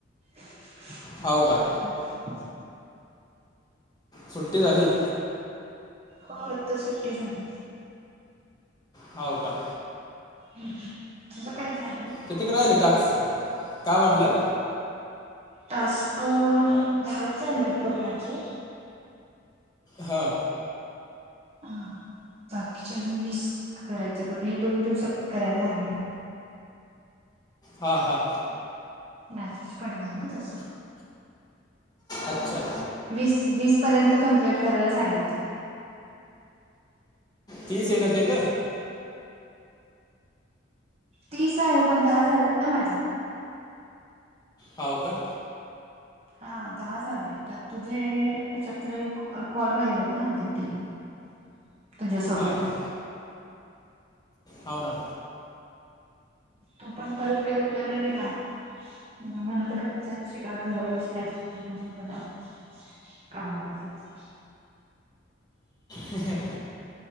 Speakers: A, on the right; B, on the left.
A: चहा
B: हो का
A: ठेवलाय.
B: सुट्टी झाली.
A: हो आता सुट्टी झाली.
B: हाव का?
A: हम्म तुझं काय चाललंय?
B: कितीक राहिल टाक्स, काय म्हटलं?
A: टास्क दहा च् झाले बग माझे.
B: हा
A: ह बाकीच्या अजून वीस करायचे तर हे दोन दिवसात करायला हवे.
B: हां हां
A: मेसेज पडला आहे ना तसा.
B: अच्छा
A: वीस वीस पर्यंत कंप्लीट करायला सांगितलं.
B: तीस ये ना तेेत
A: तीस आहे पण दहा झालत ना माझे.
B: होव का
A: हा दहा झाले तर तुझे त्याच्यातले कॉल राहिलेत ना माझे तीन <inaudible> तुझ्यासोबत
B: हां हां हो ना.
A: तु पण परत काय रिप्लाय नाही दिला. म मना तर घरच्यां शि घरवाली शिकायच मग म्हणलं जाऊदे. काम तचं ये.
B: हहह